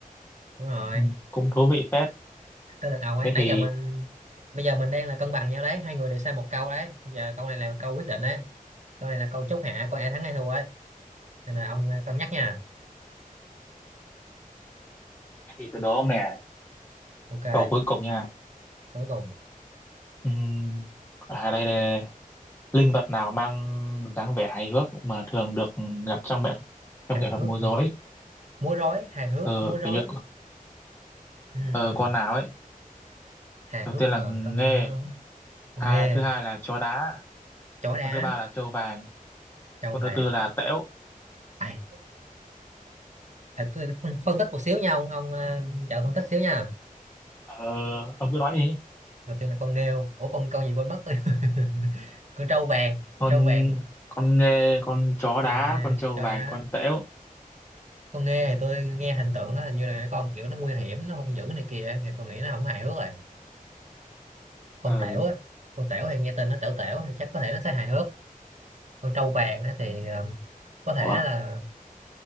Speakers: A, on the right (about 55°); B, on the left (about 15°).
A: đúng rồi
B: ừ. cũng thú vị phết
A: tới lượt ông ấy
B: thế
A: nãy
B: thì
A: giờ mình bây giờ mình đang là cân bằng nhau đấy hai người đều sai một câu đấy bây giờ câu này là câu quyết định đấy câu này là câu chốt hạ coi ai thắng ai thua ấy nên là ông à, cân nhắc nha
B: thế thì tôi đố ông nè
A: ok
B: câu cuối cùng nha
A: cuối cùng
B: ừ. à đây đây đây. linh vật nào mang dáng vẻ hài hước mà thường được gặp trong nghệ trong
A: hài
B: nghệ thuật
A: hước
B: múa
A: hả?
B: rối
A: múa rối hài hước
B: ờ
A: múa rối
B: kiểu như
A: Ừm
B: ờ, con nào ấy
A: hài
B: đầu
A: hước
B: tiên là
A: mà
B: nghê
A: trong múa rối con
B: hai
A: nghe
B: thứ hai là chó đá
A: chó đá
B: con thứ ba là trâu vàng
A: trâu
B: con
A: vàng
B: thứ tư là tễu
A: ai à, tôi phân phân tích một xíu nha ông ông ờ, trợ phân tích xíu nha
B: ờ, ông cứ nói đi
A: đầu tiên là con nghêu ủa con con gì quên mất tôi <laughs> con trâu vàng
B: con
A: trâu vàng
B: con nghê con chó đá
A: con nghe
B: con trâu
A: chó
B: vàng
A: đá
B: con tễu
A: con nghe thì tôi nghe hình tượng nó hình như là con kiểu nó nguy hiểm nó hung dữ này kia thì tôi nghĩ nó không hài hước rồi con
B: ờ
A: tẻo á con tẻo thì nghe tên nó tẻo tẻo thì chắc có thể nó sẽ hài hước con trâu vàng á thì ờ, có thể
B: ủa
A: nó là
B: <laughs>